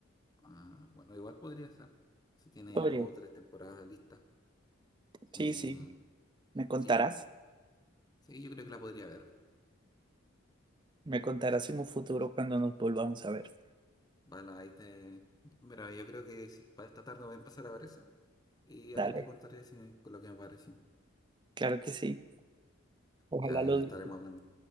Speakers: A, on the left; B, on the right.
A: Ah, bueno, igual podría ser. Si tiene
B: Podría.
A: dos o tres temporadas listas. Eh,
B: Sí, sí, me contarás.
A: y, sí, yo creo que la podría ver.
B: Me contarás en un futuro cuando nos volvamos a ver.
A: Vale, ahí te... Mira, yo creo que sí, para esta tarde voy a empezar a ver eso. Y
B: Dale,
A: ahí te contaré si me- lo que me pareció.
B: claro que sí. Ojalá
A: Y ahí
B: lo
A: estaremos hablando.